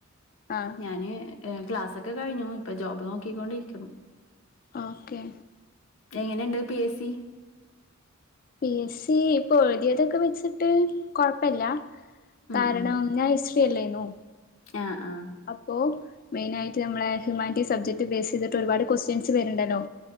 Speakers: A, on the left (about 45°); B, on the left (about 70°).
A: ആഹ്
B: ഞാന് ഏ ക്ലാസൊക്കെ കഴിഞ്ഞു. ഇപ്പൊ ജോബ് നോക്കിക്കൊണ്ടിരിക്കുന്നു
A: ഓക്കേ.
B: എങ്ങനെണ്ട് P S C?
A: P S C ഇപ്പൊ എഴുതിയതൊക്കെ വെച്ചിട്ട് കൊഴപ്പില്ല
B: ഉം
A: കാരണം
B: ഉം
A: ഞാൻ ഹിസ്ട്രി അല്ലായിന്നു
B: ആഹ് ആഹ്
A: അപ്പോൊ മെയിനാ യിട്ട് നമ്മളെ ഹ്യൂമാനിറ്റി സബ്ജക്ട് ബേസ് ചെയ്തിട്ട് ഒരുപാട് ക്വസ്റ്റ്യൻസ് വരുണ്ടല്ലോ